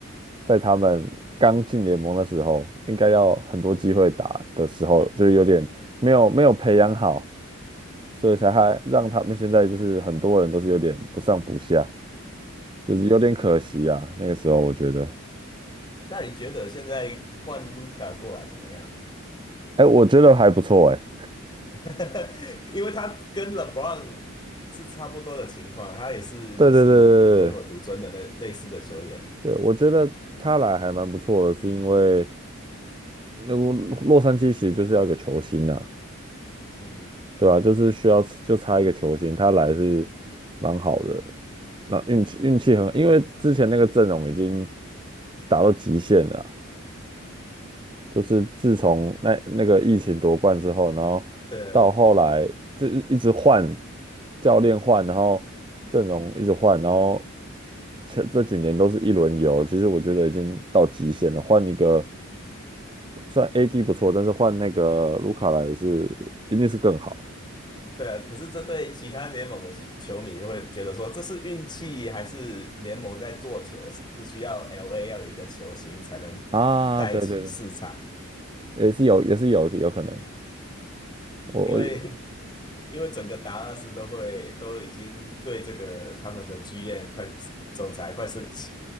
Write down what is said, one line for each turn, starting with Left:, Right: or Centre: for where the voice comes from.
Right: 在他们刚进联盟的时候，应该要很多机会打的时候，就是有点没有没有培养好，所以才还让他们现在就是很多人都是有点不上不下，就是有点可惜啊。
Left: 嗯，
Right: 那个时候我觉得，
Left: 那你觉得现在换 Luka 过来怎么样？
Right: 哎，我觉得还不错，哎。
Left: <laughs> 因为他跟 LeBron 是差不多的情况，他也是就是唯我独尊的那类似的球员。
Right: 对对对对对，对，我觉得他来还蛮不错的，是因为那个洛杉矶其实就是要一个球星啊，
Left: 嗯，
Right: 对吧、就是需要就差一个球星，他来是蛮好的。那运气运气很，因为之前那个阵容已经打到极限了啊就是自从那那个疫情夺冠之后，然后到后来就一一直换
Left: 对
Right: 教练换，然后阵容一直换，然后这这几年都是一轮游，其实我觉得已经到极限了。换一个虽然 AD 不错，但是换那个卢卡莱也是一定是更好
Left: 对啊，可是这对其他联盟的球球迷就会觉得说，这是运气还是联盟在做球？是需要 LA 要有一个球星才能带起市场，
Right: 啊，对对对，也是有，也是有，有可能。我我有。
Left: 因为因为整个达拉斯都会都已经对这个他们的 GM 快总裁快生气，